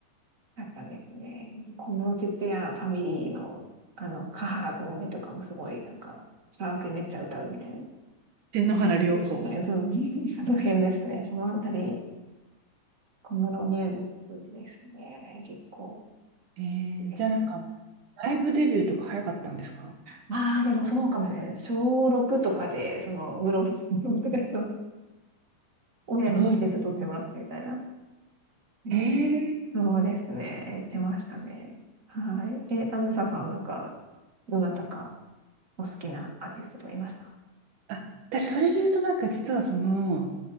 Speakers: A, on the right; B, on the right.
A: だったんですね。小室哲哉ファミリーの、あの、カハラともめとかもすごい、なんか、カラオケめっちゃ歌うみたいな。
B: 天皇原涼子。
A: 感じでしたね。そう、<laughs> 技の辺ですね。そのあたり、小室ミュージックですね。結構
B: えー、
A: いいです。
B: じゃあなんか、ライブデビューとか早かったんですか
A: まあ、でもそうかもね。小6とかで、その、グローブとかしてます、<laughs> 親にチケット取ってもらってみたいな。
B: すごい。はい
A: うん、
B: へえ。
A: そうですね。行ってましたね。はい。え、あずささんはなんか、どなたかお好きなアーティストとかいました
B: あ、私、それで言うと、なんか実はその、